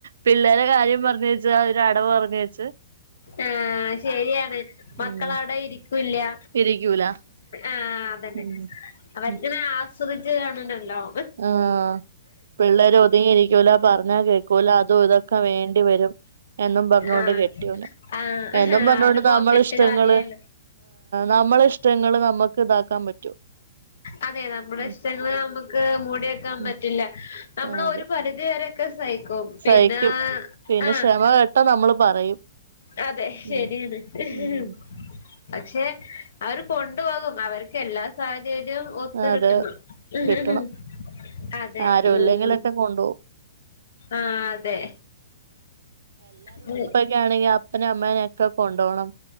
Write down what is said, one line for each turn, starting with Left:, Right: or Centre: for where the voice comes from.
Right: പിള്ളേരെ കാര്യം പറഞ്ഞി <unintelligible> ഒരു അടവ് പറഞ്ഞച്ച
Left: ആഹ് ശരിയാണ് മക്കള
Right: ഉം
Left: അവിടെ ഇരിക്കും ക്കുല്ല
Right: ഇരിക്കൂല
Left: ആഹ് അതന്നെ
Right: ഉം
Left: അവർക്ക്നെ
Right: ഉം
Left: ആസ്വദിച്ച് കാണണല്ലോ
Right: ആഹ് പിള്ളേര് ഒതുങ്ങിയിരിക്കൂല പറഞ്ഞാൽ കേൾക്കൂല അതും ഇതൊക്കെ വേണ്ടിവരും എന്നും പറ <unintelligible>
Left: ആഹ്
Right: കെട്ടിയുല
Left: ആഹ്
Right: എന്നും പറഞ്ഞോണ്ട്
Left: അവരെ പോക്കറ്റ്
Right: നമ്മള ഇഷ്ടങ്ങള്
Left: കാലിയായല്ലോ
Right: നമ്മള ഇഷ് ട്ടങ്ങള് നമുക്ക് ഇതാക്കാൻ പറ്റോ
Left: അതെ നമ്മുടെ
Right: ഉം
Left: ഇഷ്ടങ്ങള് നമ്മുക്ക് മൂടി വെകാൻ പറ്റില്ല
Right: ഉം
Left: നമ്മള്
Right: ആഹ് അതെ
Left: ഒരു പരിധി വരെക്ക സഹിക്കും പിന്നെ
Right: സഹിക്കും പിന്നെ
Left: ആഹ്
Right: <unintelligible> നമ്മള് പറയും
Left: അതെ ശരിയാണ്
Right: ഉം
Left: <unintelligible>
Right: ഉം
Left: പക്ഷെ അവര് കൊണ്ടുപോകും അവർക്ക് എല്ലാ സാഹചര്യവും ഒത്ത്
Right: അത്
Left: കിട്ടണം <unintelligible>
Right: കിട്ടണം
Left: അതെ
Right: ആരും
Left: ഉം
Right: ഇല്ലെങ്കിലൊക്കെ കൊണ്ടുപോകും
Left: ആഹ് അതെ ഉം <unintelligible>
Right: എനിക്കാണെങ്കി അപ്പനേം അമ്മേനെം ഒക്കെ കൊണ്ടുപോണം